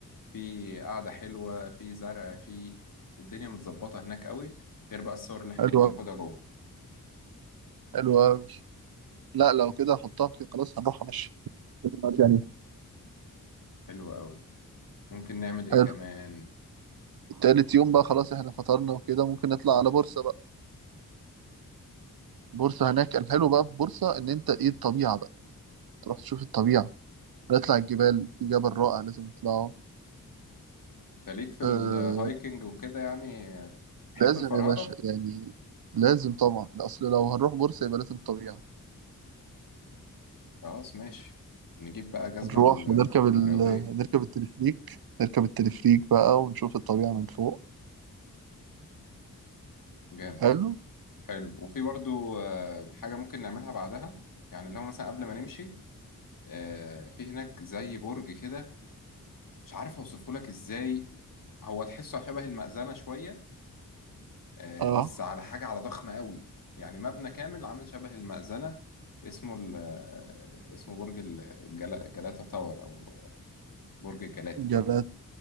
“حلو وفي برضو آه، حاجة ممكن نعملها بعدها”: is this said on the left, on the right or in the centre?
Left